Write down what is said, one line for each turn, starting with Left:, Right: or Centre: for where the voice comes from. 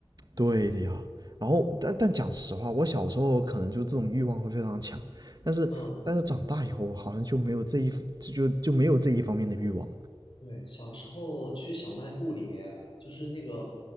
Right: 对的呀。然后，但但讲实话，我小时候可能就这种欲望会非常强，但是但是长大以后，
Left: 嗯，
Right: 我好像就没有这一就就没有这一方面的欲望。
Left: 对，小时候去小卖部里面，就是那个，